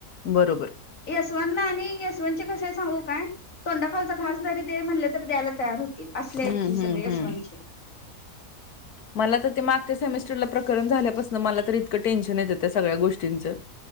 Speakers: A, on the left (about 70°); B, on the left (about 55°).
A: बरोबर.
B: एस वन आणि एस वन चे कशे येत सांगू काय तोंडाखालचा घास जरी दे म्हणले तरी द्यायला तयार होत तील असले
A: हम्म
B: की
A: हम्म
B: सगळे एस
A: हम्म
B: वन चे.
A: मला तर ते मागच्या सेमेस्टरला प्रकरण झाल्यापासन मला तर इतकं टेन्शन येतं त्या सगळ्या गोष्टींचं